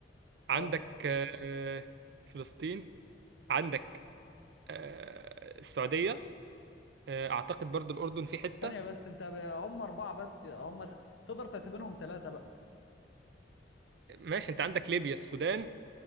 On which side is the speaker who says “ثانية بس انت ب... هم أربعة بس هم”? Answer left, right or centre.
Left